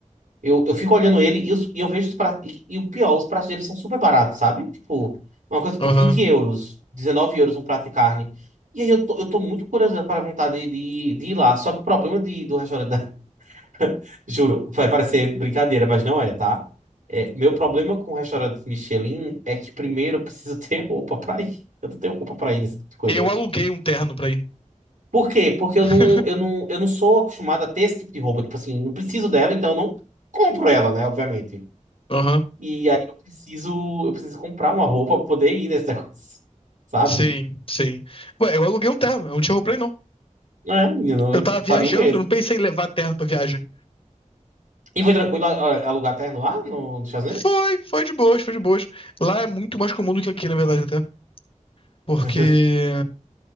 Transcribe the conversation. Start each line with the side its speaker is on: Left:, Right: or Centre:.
Right: Eu, eu fico olhando ele e, os- e eu vejo os pratos. E, e o pior, os pratos deles são super baratos, sabe? Tipo, uma coisa tipo
Left: Aham.
Right: 20 euros, 19 euros um prato de carne. E aí eu tô, eu tô muito curioso para a vontade de, de ir lá. Só que o problema de, do restaurante. da- <laughs> Juro, vai parecer brincadeira, mas não é, tá? É, meu problema com o restaurante Michelin é que primeiro eu preciso <laughs> ter roupa pra ir. Eu não tenho roupa pra ir nessa coisa.
Left: Eu aluguei um terno pra ir.
Right: Por quê? Porque eu
Left: <laughs>
Right: não, eu não, eu não sou acostumado a ter esse tipo de roupa. Tipo assim, não preciso dela, então eu não compro ela, né? Obviamente.
Left: Aham.
Right: E aí eu preciso, eu preciso comprar uma roupa pra poder ir nesse negócio, <laughs> sabe?
Left: Sim, sim. Ué, eu aluguei um terno, eu não tinha roupa pra ir, não.
Right: É, menino,
Left: Eu
Right: eu
Left: tava viajando,
Right: faria o mesmo.
Left: eu não pensei em levar terno pra viagem.
Right: E foi tranquilo ah, ah, alugar terno lá no- nos Estados Unidos?
Left: Foi, foi de boas, foi de boas. Lá é muito mais comum do que aqui, na verdade, até. Porque
Right: <laughs>